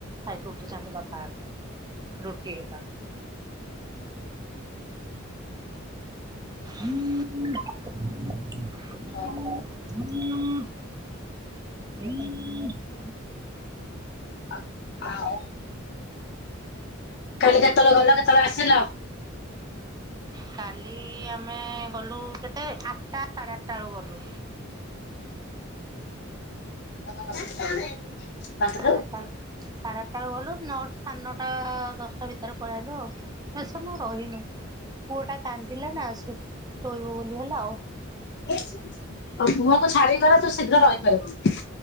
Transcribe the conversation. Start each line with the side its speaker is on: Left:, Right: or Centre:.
Right: ଖାଇକି ଉଠିଚନ୍ତି ବାପା ଏ ରୁଟି ହେରିକା। <unintelligible>
Left: ହଁ।
Right: <unintelligible> <unintelligible>
Left: ଆ ଆଉ। <unintelligible> କାଲି କେତେବେଳେ ଗଲ କେତେବେଳେ ଆସିଲ?
Right: କାଲି ଆମେ ଗଲୁ କେତେବେଳେ ଆଠଟା ସାଢେ ଆଠଟା ବେଳକୁ ଗଲୁ।
Left: <unintelligible> ଭାତ
Right: ସାଢେ
Left: ଖାଉ?
Right: ଆଠଟା ସାଢେ ଆଠଟା ବେଳୁ ଗଲୁ ନଅ ସାଢେ ନଅଟା ଦଶଟା ଭିତରେ ପଳେଆଇଲୁ ଆଉ। ବେଶୀ ସମୟ ରହିନୁ ପୁଅଟା କାନ୍ଦିଲା ନା ଆସୁ ଶୋଇବ ବୋଲି ହେଲା ଓ
Left: ତୋପୁଅକୁ ଛାଡିକି ଗଲେ ତୁ ଶୀଘ୍ର ରହିପାରିବୁନି।